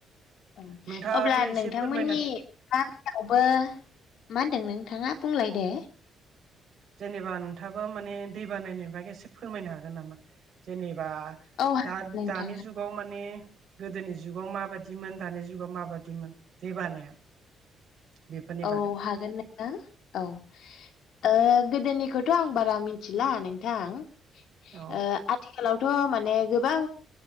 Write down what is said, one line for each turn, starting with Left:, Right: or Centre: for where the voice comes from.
Left: औ
Right: नोंथाङाबो
Left: अब्ला
Right: एसे
Left: नोंथांमोननि
Right: फोरमायनो
Left: गामिवबो मा होनदों नोंथाङा बुंलाय दे
Right: जेनेबा नोंथाबो माने दै बानायनि बागै एसे फोरमायनो हागोन नामा? जेनेबा
Left: औ हागोन
Right: दा
Left: नोंथां
Right: दानि जुग जुगाव माने गोदोनि जुगाव माबादिमोन दानि जुगाव माबादिमोन दै बानाया? बेफोरनि
Left: औ
Right: बागै
Left: हागोन नोंथां औ। ओ गोदोनिखौथ' आं बारा मिथिला नोंथां
Right: औ
Left: ओ आथिखालावथ' माने गोबां